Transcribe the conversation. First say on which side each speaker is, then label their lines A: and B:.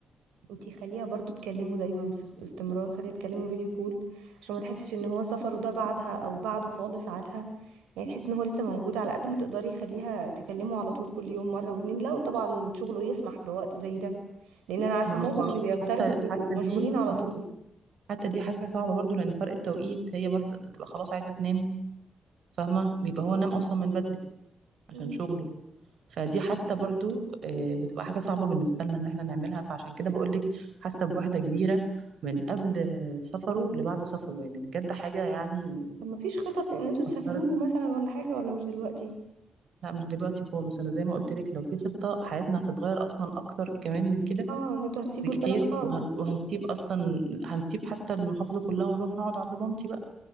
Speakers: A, on the right; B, on the right.
A: انتي خليها برضو تكلمه دايما بس- باستمرار خليها تكلمه فيديو كول عشان ما تحسش ان هو سفره ده بعدها او بعده خالص عنها يعني تحس ان هو لسه موجود على قد ما تقدري خليها تكلمه على طول كل يوم مره واتنين لو طبعا شغله يسمح بوقت زي ده لان انا عارفه
B: ما
A: معظم
B: هو
A: اللي بيغتربوا
B: حتى
A: بيبقوا
B: حتى دي
A: مشغولين على
B: اه
A: طول
B: حتى دي حاجه صعبه برضو لان فرق التوقيت هي برضه بتبقى خلاص عايزه تنام فاهمه بيبقى هو نام اصلا من بدري عشان
A: امم
B: شغله فدي حتى برضو آه، بتبقى حاجه صعبه بالنسبه لنا ان احنا نعملها فعشان كده بقول لك حاسه بوحده كبيره من قبل سفره لبعد سفره يعني بجد حاجه يعني
A: طب ما فيش خطط ان انتوا تسافروا
B: اثرت
A: له مثلا ولا حاجه ولا مش دلوقتي
B: لا مش دلوقتي خالص انا زي ما قلت لك لو في خطة حياتنا هتتغير اصلا اكتر كمان من كده
A: اه ان انتوا هتسيبوا
B: بكتير
A: البلد خالص
B: وهن... وهنسيب اصلا هنسيب حتى المحافظة كلها ونروح نقعد عند مامتي بقى